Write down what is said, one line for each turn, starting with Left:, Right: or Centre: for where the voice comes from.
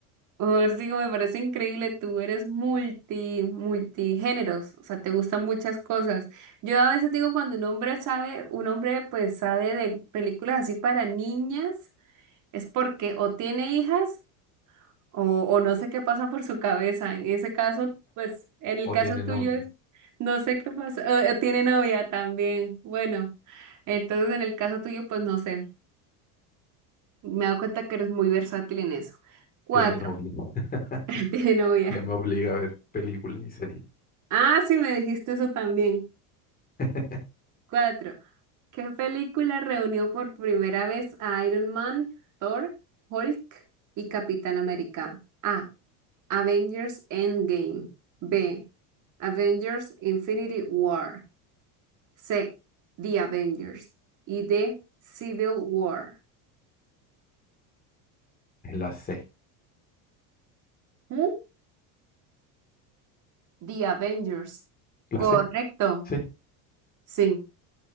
Right: Os digo, me parece increíble, tú eres multi, multigéneros, o sea, te gustan muchas cosas. Yo a veces digo cuando un hombre sabe, un hombre pues sabe de películas así para niñas, es porque o tiene hijas O, o no sé qué pasa por su cabeza. En ese caso, pues, en el
Left: O
Right: caso
Left: tiene
Right: tuyo
Left: novia.
Right: es, no sé qué pasa. o- o tiene novia también. Bueno, entonces en el caso tuyo, pues no sé. Me he dado cuenta que eres muy versátil en eso. Cuatro,
Left: Tiene novia. <laughs>
Right: <laughs> tiene novia.
Left: Ya me obliga a ver películas y series.
Right: Ah, sí, me dijiste eso también.
Left: <laughs>
Right: Cuatro, ¿qué película reunió por primera vez a Iron Man, Thor, Hulk y Capitán América? A. Avengers Endgame. B. Avengers Infinity War. C. The Avengers. Y D. Civil War.
Left: Es la C.
Right: ¿Mm? The Avengers.
Left: ¿La
Right: Correcto.
Left: C? Sí.
Right: Sí.